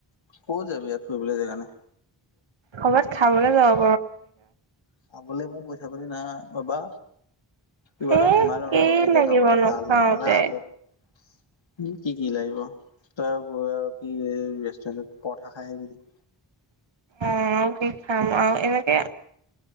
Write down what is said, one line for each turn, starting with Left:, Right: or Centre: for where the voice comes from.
Left: ক' যাবি ইয়াত ফুৰিবলে জেগা নাই।
Right: কবাত খাবলৈ যাওঁ
Left: খাবলে মোৰ পইচা পাতি নাই বাবা কিবা
Right: এ
Left: এটা সোমাইলওঁ
Right: কি
Left: ৰ' আৰু তেতিয়া
Right: লাগিব
Left: যাবলে
Right: নোখাওতে
Left: ভাল হয় নহলে হাতত উম, কি কি লাগিব তই আৰু গৈ আৰু কি এই ৰেষ্টুৰেণ্টত পৰঠা খাই আহিবি নেকি?
Right: অ আৰু কি খাম আৰু এনেকে